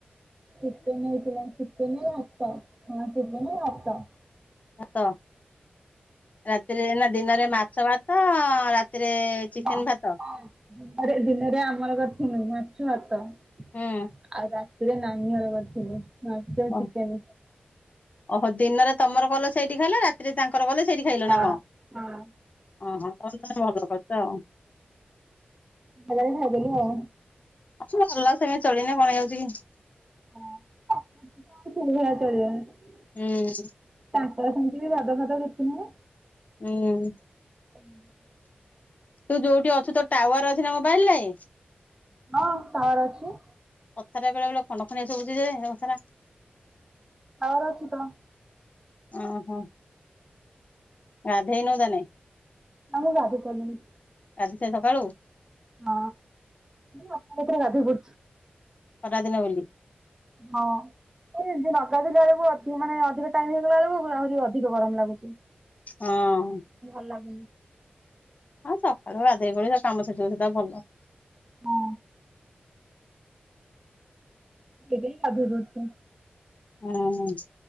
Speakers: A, on the right (about 20°); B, on the left (about 45°).
A: ଚିକେନ ହେଇଥିଲା। ଚିକେନ ଭାତ, ହଁ ଚିକେନ ଭାତ।
B: ଭାତ, ରାତିରେ ନା ଦିନରେ ମାଛ ଭାତ, ରାତିରେ ଚିକେନ
A: <unintelligible> ହୁଁ
B: ଭାତ
A: ଦିନରେ ଦିନରେ ଆମର କରିଥିନୁ ମାଛ ଭାତ। ଆଉ
B: ହୁଁ
A: ରାତିରେ ନାନୀ ହର କରିଥିଲେ ମାଛ
B: ଓ
A: ଚିକେନ।
B: ଓହୋ ଦିନରେ ତମର କଲ ସେଇଠି ଖାଇଲ, ରାତିରେ ତାଙ୍କର କଲେ ସେଇଠି ଖାଇଲ
A: ହଁ
B: ନା କଣ?
A: ହଁ।
B: ଅହଁ, ତମେ ତାହାଲେ ଭଲ କରିଚ ଆଉ।
A: ସଜାରେ ଖାଇଦେଲୁ ଆଉ
B: <unintelligible> ଭଲ ସେମିତି ଚଳିଗନେ କଣ ହେଇଯାଉଛି କି?
A: <unintelligible>
B: ହୁଁ।
A: ତାଙ୍କର ସେମିତି ବି ବାଦ ଫାଦ କିଛି ନୁହେଁ।
B: ଉଁ
A: <inaudible>
B: ତୁ ଯୋଉଠି ଅଛୁ ତୋର ଟାୱାର ଅଛି ନା ମୋବାଇଲରେ?
A: ହଁ ଟାୱାର ଅଛି।
B: କଥାଟା ବେଳେ ବେଳେ ଖଣ୍ଡ ଖଣ୍ଡିଆ ଶୁଭୁଚି ଯେ <unintelligible>
A: ହଉ ରଖି ତ।
B: ଅଁହଁ। ଗାଧେଇନୁ ତାନେ?
A: ହଁ ମୁ ଗାଧେଇ ସାରିଲିଣି।
B: ଗାଧେଇ ସା ସକାଳୁ?
A: ହଁ, <unintelligible> ପଡୁଚି
B: ଖରାଦିନ ବୋଲି?
A: ହଁ। ଏମ୍ ତି ନ ଗାଧେଇଲା ବେଳକୁ ଅଧିକ ମାନେ ଅଧିକ ଟାଇମ୍ ହେଇଗଲା ବେଳକୁ ଗୁଳ୍ ଆହୁରି ଅଧିକ ଗରମ ଲାଗୁଛି।
B: ହଁ।
A: <unintelligible>
B: ହଁ ସକାଳୁ ଗାଧେଇ ପଳେଇବୁ ସେ କାମ ସେତିକ ସୁଧା ଭଲ।
A: ହଁ ସେଇଥିପାଇଁ ଗାଧେଇ ପଡୁଛି।
B: ହୁଁ।